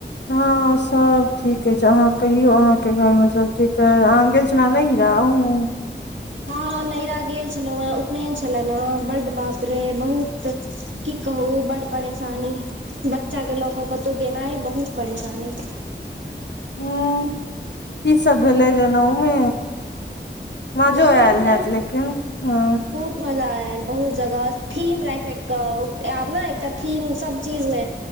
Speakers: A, on the left; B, on the right.
A: हँ सब ठीक अइछ अहाँ कहियौ अहाँ के घर मे सब ठीक अइ आहाँ गेल सुना नहीरा अहूँ
B: हँ हँ नैहरा गेल छलौं हेँ उपनयन छलए न बड्ड बाप रे बहुत की कहु बड परेशानी बच्चाके लऽ कऽ कतहु गेनाइ बहुत परेशानी
A: ऊँ की सब भेलै जनउमे माजो
B: जनउ
A: ऐल
B: मे
A: हैत लेकिन हँ।
B: बहुत मजा ऐल बहुत जगह थीम राखि राखि कऽ आब ना एकटा थीम सब चीज मे